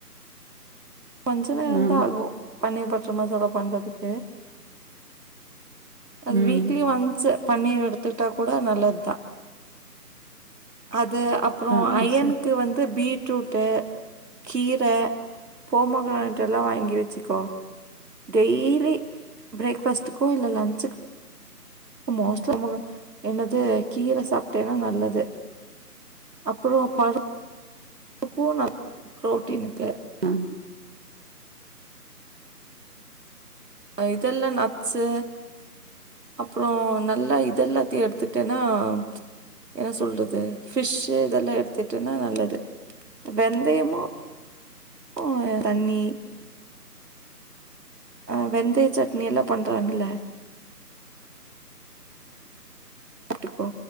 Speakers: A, on the right (about 80°); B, on the right (about 40°).
A: கொஞ்ச நேரந்தா
B: ஆ
A: ஆகு பன்னீர் பட்டர் மசாலா பண்றதுக்கு அது
B: ம்
A: வீக்லி ஒன்ஸ் பன்னீர் எடுத்துகிட்டா கூட நல்லது தா அது அப்புறோ
B: ஆ
A: அயனுக்கு
B: ஆ. சரி
A: வந்து பீ ட்ரூட்டு கீர போமொகிரானட்டெல்லா வாங்கி வச்சுக்கோ டெய்லி பிரேக் ஃபாஸ்ட்டுக்கு இல்ல லன்ச்சுக்கு மோஸ்ட்டா முரு என்னது கீர சாப்பிட்டேன்னா நல்லது அப்புறோ பருப் பு நல்ல ப்ரோட்டீனுக்கு
B: ம்
A: ஆ இதெல்லா நட்ஸு அப்புறோ நல்லா இதெல்லாத்தையு எடுத்துட்டேன்னா ச்சு என்ன சொல்றது ஃபிஷ் இதெல்லா எடுத்துட்டேனா நல்லது வெந்தயமு ம் தண்ணி ஆ வெந்தய சட்னிெல்லா பண்ணுறாங்கல உட்டுக்கோ